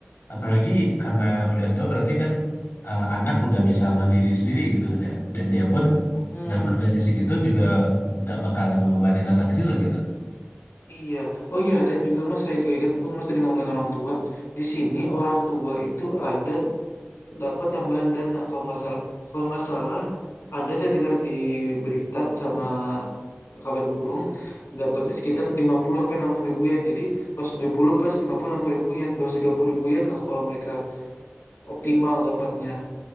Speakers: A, on the left; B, on the left.
A: Apalagi karena udah tua berarti kan uh, anak udah bisa mandiri sendiri gitu kan ya. Dan dia pun
B: Mm-mm.
A: dapat gaji segitu juga nggak bakal ngebebanin anak juga gitu.
B: Iya. Oh iya dan juga Mas saya juga ingat untung Mas tadi ngomongin orang tua. Di sini orang tua itu ada dapat tambahan dana kalau nggak salah. Kalau nggak salah ada saya dengar di berita sama kabar burung dapatnya sekitar lima puluh sampai enam puluh ribu yen. Jadi 170 plus lima puluh enam puluh ribu yen, dua ratus tiga puluh ribu yen lah kalau mereka optimal dapatnya.